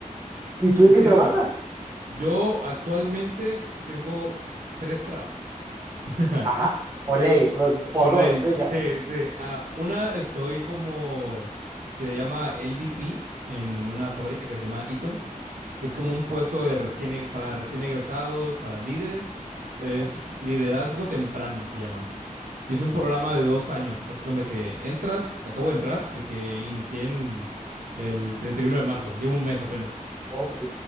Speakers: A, on the right; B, on the right.
A: ¿Y tú
B: Qué
A: en
B: chido.
A: qué trabajas?
B: Yo actualmente tengo tres trabajos. <laughs>
A: Ajá, olé,
B: Eh,
A: te va- por
B: por
A: dos,
B: ley,
A: venga.
B: sí, sí. Ah, una estoy como, se llama LDP en una fábrica que se llama Eaton, que es
A: Ujú,
B: como un puesto de recién, e- para recién egresados, para líderes. Se-
A: Órale,
B: Es liderazgo temprano, se llama. Y
A: ok.
B: es un programa de dos años. Haz cuenta que entras, acabo de entrar, de que inicié en el 31 de marzo, llevo un mes apenas.
A: Ok.